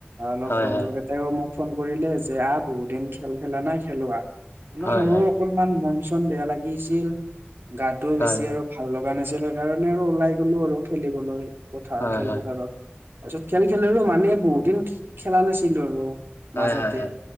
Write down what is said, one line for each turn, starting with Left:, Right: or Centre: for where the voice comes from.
Right: অলপ
Left: হয়,
Right: বন্ধুকেইটাইও
Left: হয়,
Right: মোক ফোন কৰিলে যে আহ বহুত দিন খেল খেলা নাই খেলো আহ। ম
Left: হয়,
Right: মোৰো
Left: হয়,
Right: অকনমান মন চন বেয়া লাগিছিল গাটোও
Left: হয়,
Right: বেছি আৰু ভাল লগা নাছিল সেইকাৰণে আৰু ওলাই গ'লো আৰু খেলিবলৈ পথাৰ খেলপথাৰত।
Left: হয়, হয়, হয়,
Right: তাৰ পিছত খেল খেলিলো মানে বহুত দিন খেলা নাছিলো, আৰু
Left: হয়,
Right: মাজতে
Left: হয়, হয়,